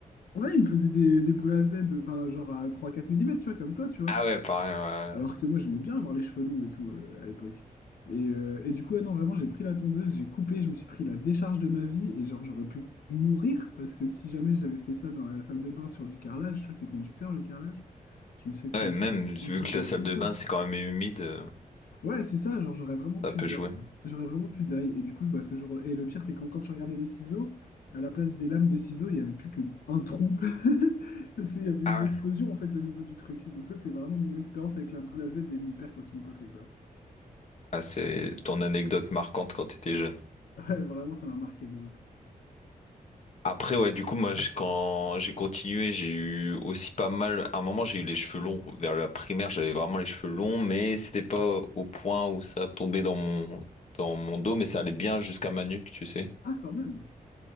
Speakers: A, on the left; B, on the left.
A: Ouais, il me faisait des, des boules à Z, enfin, genre à trois quatre millimètres, tu vois, comme toi, tu vois.
B: Ah ouais, pareil,
A: Alors
B: ouais.
A: que moi, j'aimais bien avoir les cheveux longs et tout euh, à l'époque. Et, euh, et du coup, ouais, non, vraiment, j'ai pris la tondeuse, j'ai coupé, je me suis pris la décharge de ma vie et genre, j'aurais pu mourir parce que si jamais j'avais fait ça dans la salle de bain sur du carrelage, tu vois, c'est conducteur le carrelage, je me suis pris
B: Ouais, Ouais,
A: une
B: même
A: chute,
B: vu
A: une chute
B: que
A: dans
B: la salle
A: tout
B: de
A: le corps.
B: bain, c'est quand même humide, euh,
A: Ouais, c'est ça, genre j'aurais vraiment pu
B: ça peut
A: da-
B: jouer.
A: j'aurais vraiment pu die. Et du coup, bah, ce jour Et le pire, c'est quand, quand tu regardais les ciseaux, à la place des lames des ciseaux, il n'y avait plus qu'un trou. <laughs> Parce qu'il y avait une
B: Ah
A: explosion
B: ouais.
A: en fait au niveau du truc. Donc ça, c'est vraiment mon expérience avec la boule à Z et mon père quand il me coiffait, quoi.
B: Ah, c'est ton anecdote marquante quand t'étais jeune.
A: <laughs> Ouais, vraiment, ça m'a marqué de ouf.
B: Après, ouais, du coup, moi, j'ai- quand j'ai continué, j'ai eu aussi pas mal. À un moment, j'ai eu les cheveux longs. Vers la primaire, j'avais vraiment les cheveux longs, mais c'était pas au point où ça tombait dans mon, dans mon dos, mais ça allait bien jusqu'à ma nuque, tu sais.
A: Ah, quand même.